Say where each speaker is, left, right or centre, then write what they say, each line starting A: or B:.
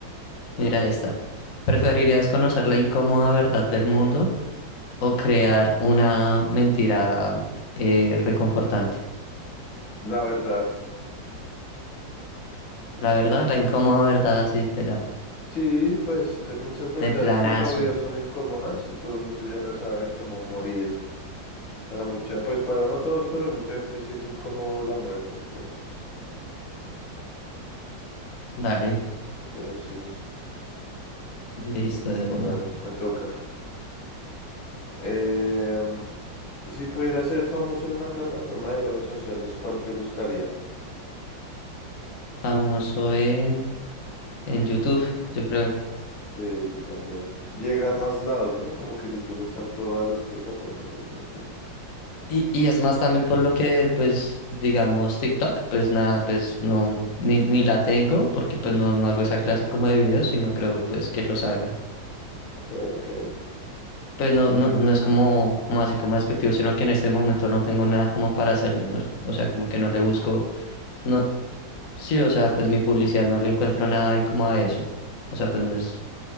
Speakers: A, on the left; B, on the left.
A: Mira esta. ¿Preferirías conocer la incómoda verdad del mundo o crear una mentira eh, reconfortante?
B: La verdad.
A: La verdad, la incómoda verdad, sí te da.
B: Sí, pues hay muchas verdades
A: De planazo.
B: que todavía son incómodas y todo el mundo ya la sabe, como morir, Para mucha, pues para no todos, pero hay mucha gente sí es incómodo la muerte, entonces,
A: Dale,
B: entonces sí,
A: listo de una.
B: bueno, me toca. Eh, si pudiera ser famoso en una plataforma de redes sociales, ¿cuál te gustaría?
A: Famoso en, en YouTube, yo creo.
B: Sí, yo también. Llega a más lados, ¿no? Como que YouTube está en todas las plataformas al mismo tiempo.
A: Y, y es más también por lo que, pues, digamos, TikTok, pues nada, pues no, ni, ni la tengo, porque pues no, no hago esa clase como de videos, sino creo pues que los haga.
B: Ok, ok.
A: Pues no, no, no es como, como así como despectivo, sino que en este momento no tengo nada como para hacerlo, ¿no? O sea, como que no le busco, no, sí, o sea, pues mi publicidad no le encuentro nada ahí como a eso. O sea, pues no es,